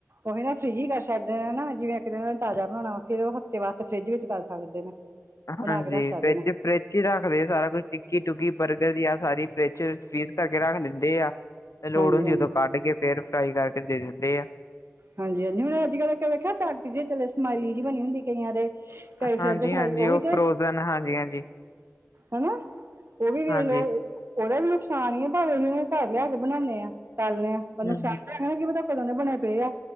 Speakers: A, on the right; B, on the left.
A: ਓਹੀ ਨਾ ਫਰਿੱਜੀ ਹੀ ਕਰ ਛੱਡਦੇ ਨੇ ਨਾ ਜਿਵੇਂ ਇੱਕ ਦਿਨ ਓਨੇ ਤਾਜ਼ਾ ਬਣਾਣਾ ਵਾ, ਫੇਰ ਓ ਹਫ਼ਤੇ ਬਾਦ ਫਰਿੱਜ ਵਿੱਚ ਕਰ ਸਕਦੇ ਨੇ। ਬਣਾ
B: ਹਾਂਜੀ
A: ਕੇ ਰੱਖ ਸਕਦੇ
B: ਫਿੱਜ
A: ਨੇ
B: ਫਰਿੱਜ ਈ ਰੱਖਦੇ ਸਾਰਾ ਕੁਛ ਟਿੱਕੀ ਟੁਕੀ। ਬਰਗਰ ਦੀ ਆ ਸਾਰੀ ਫਰਿਜ ਫਰੀਜ ਕਰਕੇ ਰੱਖ ਲੈਂਦੇ ਆ, ਤੇ ਲੋੜ
A: ਹਾਂਜੀ
B: ਹੁੰਦੀ
A: ਹਾਂਜੀ
B: ਓਦੋਂ ਕੱਢ ਕੇ ਫੇਰ ਫਰਾਈ ਕਰਕੇ ਦੇ ਦਿੰਦੇ ਆ।
A: ਹਾਂਜੀ ਹਾਂਜੀ ਹੁਣ ਅੱਜ ਕੱਲ੍ਹ ਇੱਕ ਵੇਖਿਆ ਪੈਕਟ ਜੇ ਚਲੇ, ਸਮਾਈਲੀ ਜੀ ਬਣੀ ਹੁੰਦੀ ਕਈਆਂ ਦੇ। ਕਈ ਫਰੈਂਚ
B: ਹਾਂਜੀ
A: ਫਰਾਈ
B: ਹਾਂਜੀ
A: ਉਹ
B: ਓ
A: ਵੀ ਤੇ
B: ਫਰੋਜਨ ਹਾਂਜੀ ਹਾਂਜੀ।
A: ਹਨਾ ਉਹ ਵੀ ਵੇਖ
B: ਹਾਂਜੀ
A: ਲੋ। ਉਹਦਾ ਵੀ ਨੁਕਸਾਨ ਹੀ ਹੈ ਭਾਵੇਂ ਅਸੀਂ ਉਹ ਨੂੰ ਘਰ ਲਿਆ ਕੇ ਬਣਾਉਂਦੇ ਆ ਤਲਨੇ ਆ। ਹੁਣ
B: ਹੂੰ ਹੂੰ
A: ਕੀ ਪਤਾ ਉਹ ਕਦੋਂ ਦੇ ਬਣਾਦੇ ਪਏ ਆ।